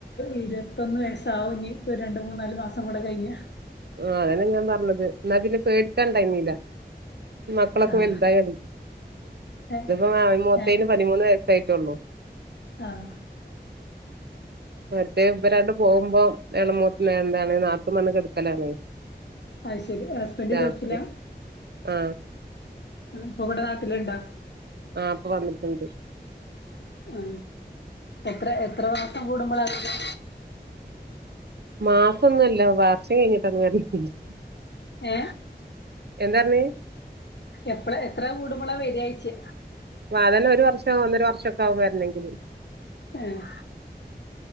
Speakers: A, on the left; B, on the right.
A: ഇരുപത്തൊന്ന് വയസാവും, ഇനി രണ്ട് മൂന്നാല് മാസം കൂടെ കഴിഞ്ഞ.
B: ആ അതന്നെ ഞാ പറഞ്ഞത്. എന്നാ പിന്നെ പേടിക്കാൻ ടൈമില്ല. മക്കളൊക്കെ
A: ആഹ്
B: വലുതായിന്.
A: ഏഹ്
B: ഇതപ്പോ മൂത്തന്
A: ഏഹ്
B: പതിമൂന്ന് വയസ്സ ആയിട്ടുള്ളു.
A: ആഹ്.
B: മറ്റേ ഇവരാണ്ട് പോകുമ്പോ, ഇളമൂത്ത് വേന്താണ് നാത്തുൻ വന്നു കെടുക്കലാണ്.
A: അയ് ശരി. ഹസ്ബൻഡ്
B: രാത്രി
A: ഗൾഫിലാ.
B: ആ.
A: ഇപ്പൊവിട നാട്ടില ഇണ്ടാ?
B: ആഹ് ഇപ്പൊ വന്നിട്ടുണ്ട്.
A: ആ എത്ര, എത്ര മാസം കൂടുമ്പോളാ ലീവ്?
B: മാസംന്നുംല്ല. വർഷം കഴിഞ്ഞിട്ട അത് <unintelligible>
A: ഏ
B: എന്താർഞ്ഞെ?
A: എപ്പഴ എത്ര കൂടുമ്പോള വര്യായ്ച്ച്?
B: <unintelligible> ഒരു വർഷം ഒന്നര വർഷ ഒക്കെ ആകും വരുന്നങ്കില്.
A: ഉം.